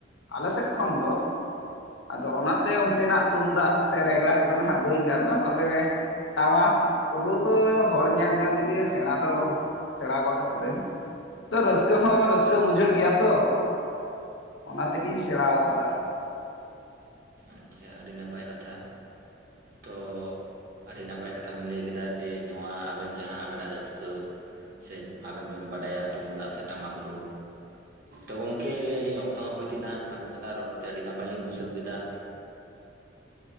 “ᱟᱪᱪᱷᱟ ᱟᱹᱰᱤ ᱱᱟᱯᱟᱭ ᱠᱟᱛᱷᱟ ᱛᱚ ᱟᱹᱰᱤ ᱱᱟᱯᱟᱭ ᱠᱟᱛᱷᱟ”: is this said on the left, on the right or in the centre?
Right